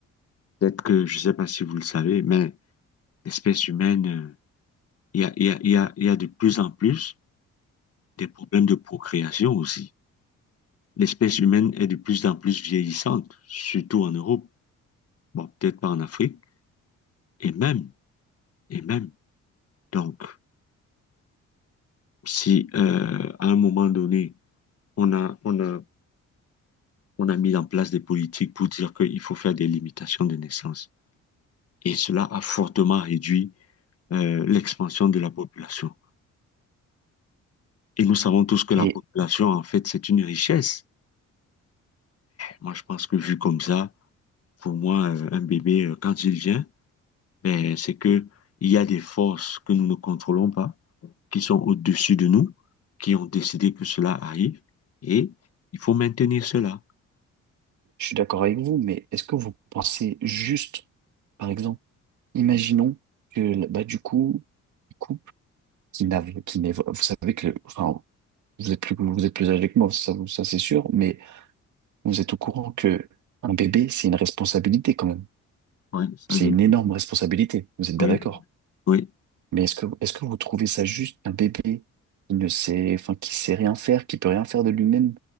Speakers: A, on the left (about 50°); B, on the right (about 75°).
A: peut-être que, je ne sais pas si vous le savez, mais l'espèce humaine, euh, il y a, il y a, il y a, il y a de plus en plus des problèmes de procréation aussi. L'espèce humaine est de plus en plus vieillissante, surtout en Europe, bon, peut-être pas en Afrique, et même, et même. Donc, si euh, à un moment donné, on a, on a, on a mis en place des politiques pour dire qu'il faut faire des limitations de naissance, et cela a fortement réduit euh, l'expansion de la population. Et nous savons tous que la
B: Mais
A: population, en fait, c'est une richesse. Moi, je pense que vu comme ça, pour moi, euh, un bébé, euh, quand il vient, ben, c'est que il y a des forces que nous ne contrôlons pas, qui sont au-dessus de nous, qui ont décidé que cela arrive, et il faut maintenir cela.
B: je suis d'accord avec vous. Mais est-ce que vous pensez juste, par exemple, imaginons que bah du coup, le couple qui n'avait, qui n'évo- vous savez que le- enfin Vous êtes plus, vous êtes plus âgé que moi, ça, vous- ça c'est sûr, mais vous êtes au courant que un bébé, c'est une responsabilité quand même.
A: Oui, ça
B: C'est
A: je
B: une
A: le peux.
B: énorme responsabilité, vous êtes
A: Oui,
B: bien d'accord.
A: oui, oui.
B: Mais est-ce que, est-ce que vous trouvez ça juste un bébé qui ne sait, enfin, qui sait rien faire, qui peut rien faire de lui-même?